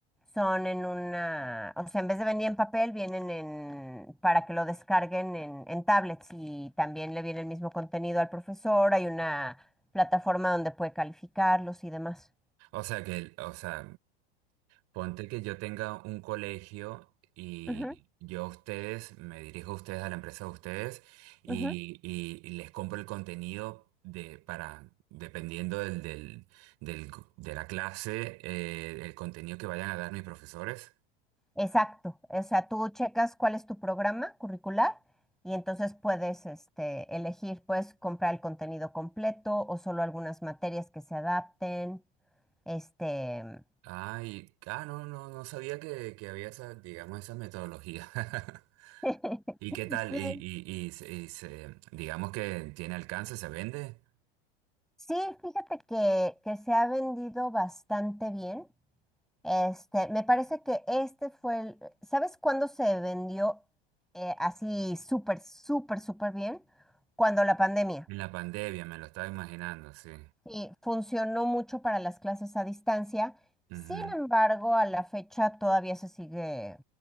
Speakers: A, in the centre; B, on the right.
A: son en una, o sea, en vez de venir en papel, vienen en, para que lo descarguen en, en tablets y también le viene el mismo contenido al profesor, hay una plataforma donde puede calificarlos y demás.
B: O sea que, o sea, Ponte que yo tenga un colegio y
A: Ujú,
B: yo a ustedes, me dirijo a ustedes, a la empresa de ustedes, y,
A: ujú.
B: y- y les compro el contenido de, para, dependiendo del, del, del- de la clase, eh, el contenido que vayan a dar mis profesores.
A: Exacto, o sea, tú checas cuál es tu programa curricular y entonces puedes este, elegir, puedes comprar el contenido completo o solo algunas materias que se adapten. Este,
B: Ay, ah, no, no, no sabía que, que había esa, digamos, esa metodología. <laughs>
A: <laughs>
B: ¿Y qué tal?
A: sí,
B: Y, y, y se- y se- digamos que tiene alcance, se vende.
A: sí, fíjate que, que se ha vendido bastante bien. Este, me parece que este fue el, ¿sabes cuándo se vendió eh, así súper, súper, súper bien? Cuando la pandemia.
B: En la pandemia, me lo estaba imaginando, sí.
A: Sí, funcionó mucho para las clases a distancia.
B: Ujú.
A: Sin embargo, a la fecha todavía se sigue,